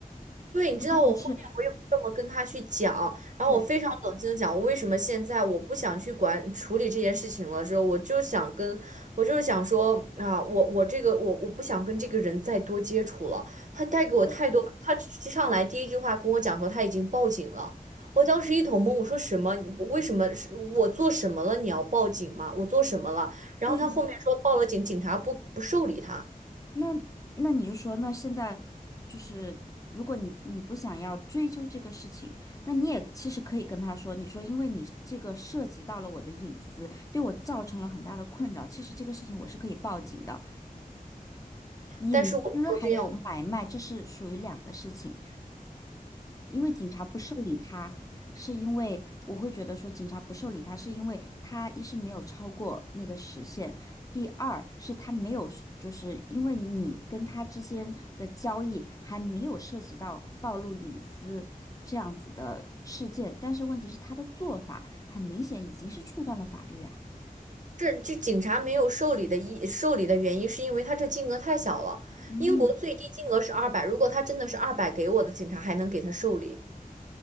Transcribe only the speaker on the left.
如果是
对，
对。
对呀，
那那你就说，那现在就是，如果你你不想要追究这个事情，那你也其实可以跟他说，你说因为你这个涉及到了我的隐私，对我造成了很大的困扰，其实这个事情我是可以报警的。隐私还有买卖，
这是属于两个事情。因为警察不受理他，是因为我会觉得说警察不受理他，是因为他一是没有超过那个时限，第二是他没有，就是因为你跟他之间的交易还没有涉及到暴露隐私这样子的事件，但是问题是他的做法很明显已经是触犯了法律啊。
嗯。